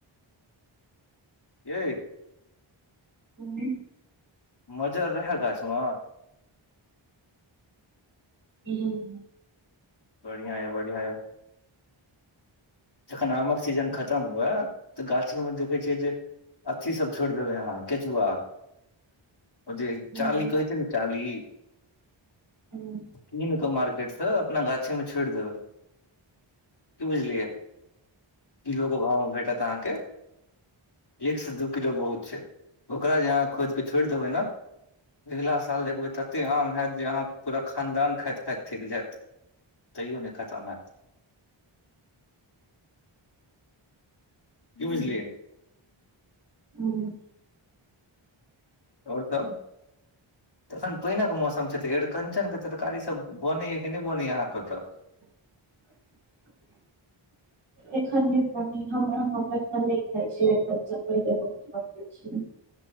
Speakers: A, on the left; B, on the right.
A: यऐ
B: हू
A: मज्जर रहै गाछमे
B: हुँ
A: बढ़िया या बढ़िया या जखन आमक सीजन खतम हुए तऽ गाछी मे देखै छियै जे अथी सब छोड़ देबै हअहाँ केचुआा ओ जे चाली
B: छी
A: कहै छै ने चाली
B: हुँ
A: कीन कऽ मार्केट से अपना गाछी मे छोड़ि देबै की बुझलियै किलोके भाव मे भेटत अहाँके एक से दू किलो बहुत छै ओकरा जे अहाँ खोदिक छोड़ि देबै ने अगिला साल देखबै तते आम हयैत जे अहाँके पूरा खानदान खाइत खाइत थकि जायत तैयो नहि खतम हायत की बुझलियै
B: हुँ
A: आओर सब तखन पहिने के मौसम छै त एरिकंचनक के तरकारी सब बनैया कि नहि बनैया आहाँ के ओतऽ
B: <inaudible> एखन नहि बनय हम अरिकंचन नहि खााय छिय एखन बैंगन बनबैत छिय